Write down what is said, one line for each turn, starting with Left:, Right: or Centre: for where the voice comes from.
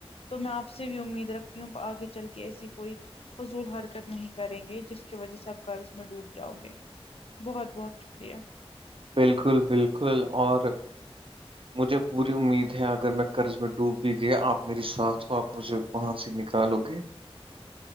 Left: تو میں آپ سے بھی امید رکھتی ہوں آگے چل کے ایسی کوئی فضول ہر کت نہیں کریں گے جس کی وجہ سے آپ قرض میں ڈوب جاؤ گے بہت بہت شکریہ
Right: بالکل بالکل اور مجھے پوری امید ہے اگر میں قرض میں ڈوب بھی گیا آپ میری ساتھ ہو آپ مجھے وہاں سے نکالو گے